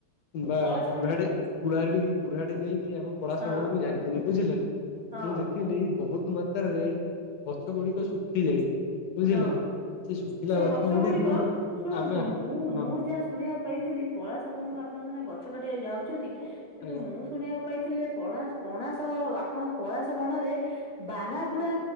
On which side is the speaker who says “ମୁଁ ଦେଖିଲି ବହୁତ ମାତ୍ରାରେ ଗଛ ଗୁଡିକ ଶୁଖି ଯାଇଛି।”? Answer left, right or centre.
Left